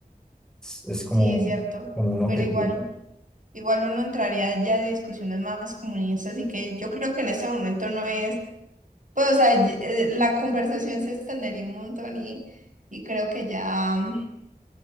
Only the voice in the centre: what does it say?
Es, es como,
como un objetivo.